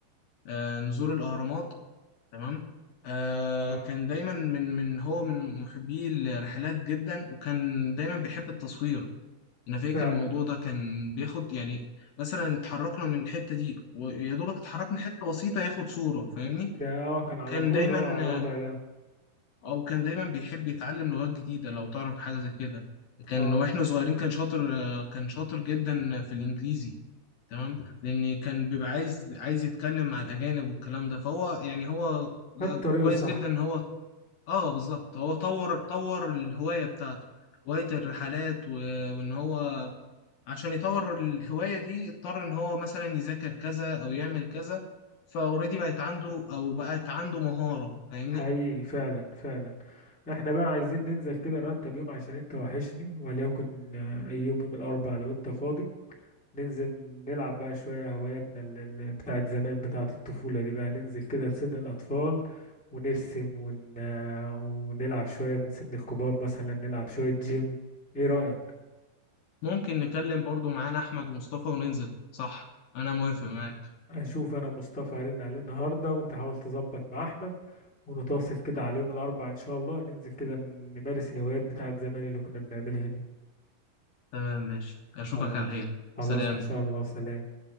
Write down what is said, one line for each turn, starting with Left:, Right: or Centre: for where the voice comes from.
Left: آه، نزور الأهرامات تمام آه،
Centre: اه
Left: كان دايما من من هو من محبي الرحلات جدا وكان دايما بيحب التصوير أنا فاكر
Centre: فعلا
Left: الموضوع ده كان بياخد يعني مثلا اتحركنا من الحتة دي ويا دوبك اتحركنا حتة بسيطة ياخد صورة فاهمني
Centre: ده اه كان
Left: وكان
Centre: على طول
Left: دايما
Centre: هو على الوضع
Left: آه،
Centre: ده
Left: أو كان دايما بيحب يتعلم لغات جديدة لو تعرف حاجة زي كده كان
Centre: اه
Left: واحنا صغيرين كان شاطر آه، كان شاطر جدا في الإنجليزي تمام لان كان بيبقى عايز عايز يتكلم مع الاجانب والكلام ده فهو يعني هو
Centre: خد طريقه
Left: كويس
Centre: صح
Left: جدا ان هو اه بالظبط هو طور طور الهوايه بتاعته هوايه الرحلات و... وان هو عشان يطور الهوايه دي اضطر ان هو مثلا يذاكر كذا او
Centre: مم.
Left: يعمل كذا فاوريدي بقت عنده او بقت عنده مهاره فاهمني
Centre: حقيقي فعلا فعلا احنا بقى عايزين ننزل كده نرتب يوم عشان انت وحشني وليكن آه، اي يوم يوم الأربع لو انت فاضي ننزل نلعب بقى شوية هواياتنا اللي بتاعت زمان بتاعت الطفولة دي بقى ننزل كده لسن الأطفال ونرسم ون... ونلعب شوية من سن الكبار مثلا نلعب شوية جيم ايه رأيك؟
Left: ممكن نكلم برضو معانا احمد ومصطفى وننزل صح انا موافق معاك
Centre: أشوف أنا مصطفى هرن عليه النهاردة وأنت حاول تظبط مع أحمد ونتواصل كده على يوم الأربعاء إن شاء الله ننزل كده نمارس الهوايات بتاعت زمان اللي كنا بنعملها دي
Left: تمام ماشي اشوفك
Centre: خلاص
Left: على خير
Centre: خلاص
Left: سلام
Centre: إن شاء الله سلام